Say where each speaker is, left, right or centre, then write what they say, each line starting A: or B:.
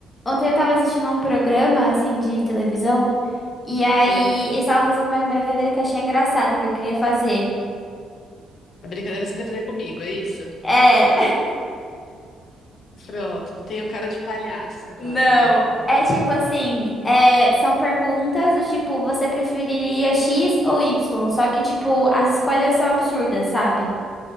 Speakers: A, on the left; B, on the left.
A: Ontem eu tava assistindo a um programa, assim, de televisão, e aí
B: Hã?
A: eles estavam fazendo uma brincadeira que eu achei engraçada, que eu queria fazer.
B: A brincadeira você quer fazer comigo, é isso?
A: É, <laughs>
B: Pronto, tenho cara de palhaça agora,
A: não.
B: né?
A: É tipo assim, é, são perguntas do tipo, você preferiria X ou Y? Só que, tipo, as escolhas são absurdas, sabe?